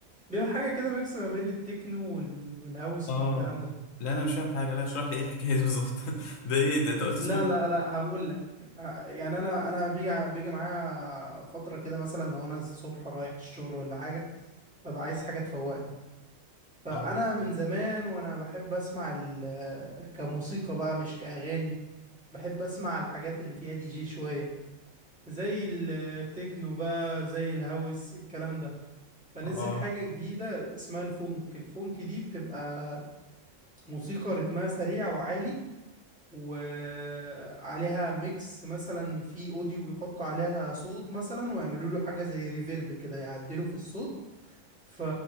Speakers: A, in the centre; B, on the left (about 75°).
A: بيبقى حاجه كده ميكس ما بين التكنو وال... والهاوس
B: اه
A: والكلام ده
B: لا انا مش فاهم حاجه لا اشرح لي ايه الحكايه دي بالظبط <laughs> ده ايه ده انت قلت
A: لا
B: اسمه ايه
A: لا لا هقول لك ع- يعني انا انا بيجي بيجي معايا فتره كده مثلا لو انا الصبح رايح الشغل ولا حاجه ببقى عايز حاجه تفوقني فانا
B: اه
A: من زمان وانا بحب اسمع ال... كموسيقى بقى مش كاغاني بحب اسمع الحاجات اللي فيها دي جي شوية زي التكنو بقى زي الهاوس الكلام ده فنزل
B: اه
A: حاجة جديدة اسمها الفونك الفونك دي بتبقى موسيقى رتمها سريع وعالي وعليها ميكس مثلا في اوديو بيحطوا عليها صوت مثلا ويعملوا له حاجة زي ريفيرب كده يعدلوا في الصوت ف